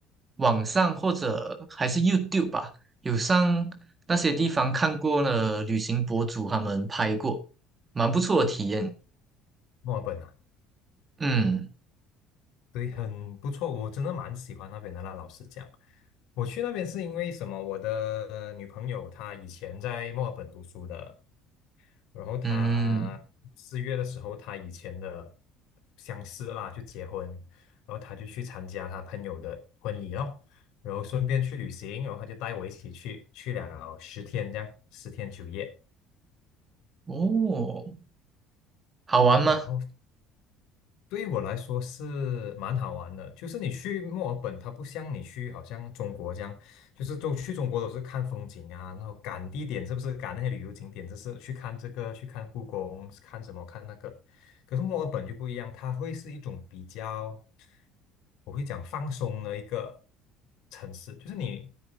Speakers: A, on the right; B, on the left.
A: 网上或者还是 YouTube 吧，有上那些地方看过呢，旅行博主他们拍过，蛮不错的体验。
B: 墨尔本啊，
A: 嗯
B: 对，很不错，我真的蛮喜欢那边的啦。老实讲，我去那边是因为什么？我的呃女朋友她以前在墨尔本读书的，然后他四月的时候，
A: 嗯，
B: 他以前的相识啦，就结婚，然后他就去参加他朋友的婚礼咯，然后顺便去旅行，然后他就带我一起去，去了十天这样，十天九夜。
A: 哦，好玩吗？
B: 然后对于我来说是蛮好玩的，就是你去墨尔本，它不像你去好像中国这样，就是都去中国都是看风景啊，然后赶地点是不是赶那些旅游景点，就是去看这个，去看故宫，看什么看那个。可是墨尔本就不一样，它会是一种比较，我会讲放松的一个城市，就是你